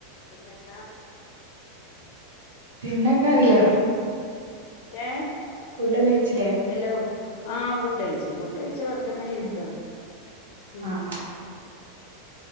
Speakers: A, on the left; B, on the right.
A: പിന്നെന്താ
B: പിന്നൊക്കെല്ലേ
A: ഏ
B: ഫുഡൊക്കെ കഴിച്ചില്ലേ
A: ഹലോ ആ ഫു ഫുഡെയിച്ചു. ഫുഡെയ്ച്ചു വെറുതെങ്ങനെ
B: ആഹ്
A: ഇരിക്കണ് ഉം
B: ആഹ് ആഹ്